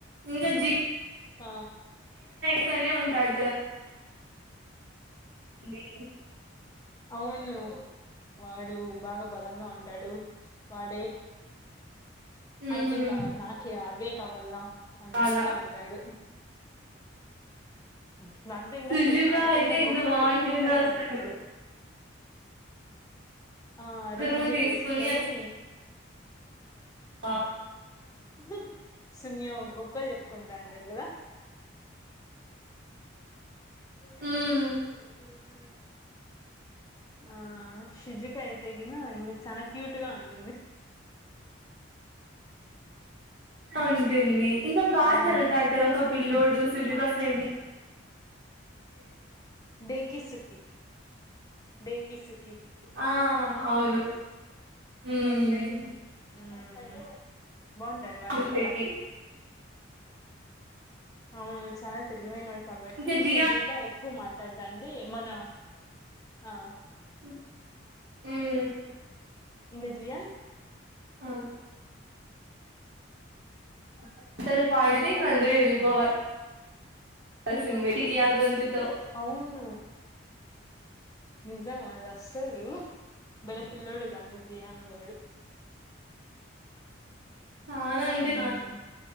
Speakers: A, on the right; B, on the left.
A: ఇంకా జీ
B: ఆ
A: ఇకడే ఉంటాయ్ అని.
B: అవును వాడు బాగా బలంగా ఉంటాడు వాడే
A: ఉమ్
B: అన్నక నాకే అ బేక్ అవల్నా అన్నట్లా
A: అలా
B: ఉంటాడు ఉమ్ ఆంథే ఇంకా
A: సుజుకా
B: సున్యు అయితే ఇ
A: ఎంత
B: గొప్పలు
A: బాగుంటుందో
B: చెప్పుకుంటానే
A: అసలు
B: ఉంటాడు ఆ
A: గురువు
B: రెండు జల్లు
A: తీసుకుని
B: వేసుకొని
A: ఆ
B: హు హు సున్యం గొప్పల్ చెపుకుంటంటాడు అంటాడు కదా ఎమయినా
A: ఉమ్
B: ట్రైనింగ్ జార్ ఆ షిజుక అయితే గిన హింగ చన క్యూట్ గా ఉంటుంది
A: ఉంటంది ఇంకా బాగా
B: ఉమ్
A: చదువుతాడు కదా ఒక పిల్లోడు సుజుకా ఫ్రెండ్
B: డీకిీసుకి డీకిీసు
A: ఆ అవును ఉమ్ ఉమ్
B: ఉమ్ ఉ బాగుంటాడు వాడు
A: చూసేకి
B: కూడా అవును చనా తెలివై నోడ్ కాబట్టి
A: ఇంకా జియాన్
B: శిజిక ఎ కుమార్ లాడదండి మన ఆ
A: ఉమ్
B: ఇంగ జయన్
A: అ గుల్లె ప్యాట్ల్ పడితే అందరూ ఎల్లిపోవాలి కసింద బేటికి ఆగొంతుతో
B: అవును నిజం ఆది అసలు బల ఫిల్లోడు దంత జియన్ గా డు
A: చానా అంటే
B: హమ్